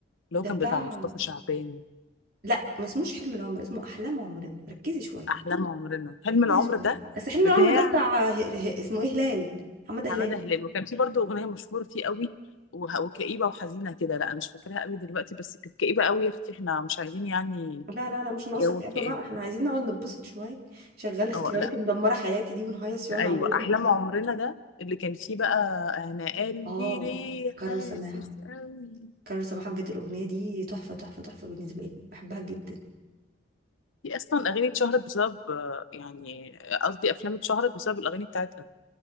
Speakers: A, on the left; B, on the right.
A: اللي
B: ده
A: هو كان
B: بتاع
A: بتاع مصطفى شعبان
B: لا ما اسموش حلم العمر اسمه احلام عمرنا ركزي شويه
A: أحلام عمرنا حلم
B: ركزي
A: العمر
B: شويه
A: ده
B: بس حلم
A: بتاع
B: العمر ده بتاع ه... ه... اسمه ايه هلال محمد هلال
A: حمادة هلال وكان في برضو أغنية مشهورة فيه قوي وه- وكئيبة وحزينة كده لا أنا مش فاكراها قوي دلوقتي بس كانت كئيبة قوي يا أختي احنا مش عايزين يعني
B: لا لا لا مش ناقصك
A: جو
B: ابا
A: الكآبة
B: بقى احنا
A: ده
B: عايزين نقعد نتبسط شويه شغال اختياراتي
A: اه لا
B: مدمره حياتي دي ونهيص شويه
A: أيوة
B: مع العيال
A: أحلام عمرنا ده اللي كان فيه بقى أنا قلبي
B: اه
A: ليه
B: كارول
A: حاسس
B: سماحه
A: قوي
B: كانوا سماحة بجد الأغنية دي تحفة تحفة تحفة بالنسبة لي بحبها جدا
A: في اصلا اغاني اتشهرت بسبب آه، يعني قصدي افلام اتشهرت بسبب الاغاني بتاعتها